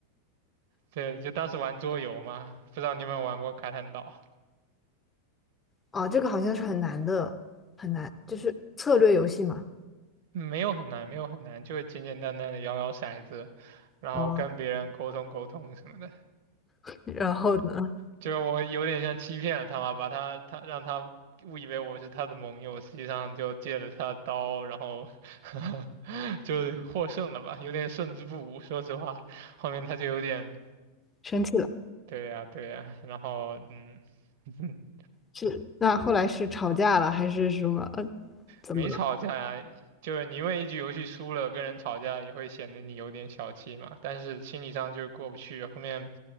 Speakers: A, on the right (about 50°); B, on the left (about 15°).
A: 对，就当时玩桌游嘛，不知道你有没有玩过卡坦岛？
B: 哦，这个好像是很难的，很难，就是策略游戏嘛。
A: 嗯没有很难，没有很难，就是简简单单的摇摇骰子，然后跟别人沟通沟通什么的。
B: 哦，然后呢，
A: 就是我有点像欺骗了他嘛，把他他让他误以为我是他的盟友，实际上就借了他的刀，然后 <laughs> 就获胜了吧，有点胜之不武。说实话，后面他就有点
B: 生气了，
A: 对呀、对呀、然后嗯，<laughs>
B: 是，那后来是吵架了还是什么？呃，怎么了？
A: 没吵架呀，就是你因为一局游戏输了跟人吵架，也会显得你有点小气嘛。但是心理上就是过不去。后面